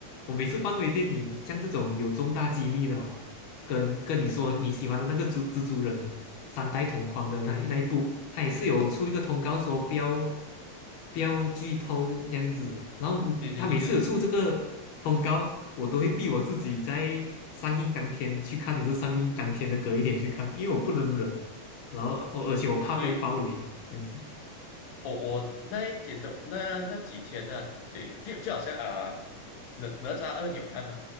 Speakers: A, on the left (about 85°); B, on the left (about 65°).
A: 我每次漫威电影像这种有重大机密的哦，
B: 嗯
A: 跟跟你说你喜欢的那个蜘蜘蛛人。
B: 嗯
A: 三代同框的那个那一部，
B: 嗯嗯，
A: 他也是有出一个通告说不要不要剧透这样子。然后他每次有出这个通告，
B: 对对对对
A: 我都会逼我自己在上映当天去看，还是上映当天的隔一天去看，因为我不能忍。然后我而且我怕被暴雷这样子。
B: 对。我我那一天的那那几天呢、就就就好像啊、哪哪吒二你有看吗？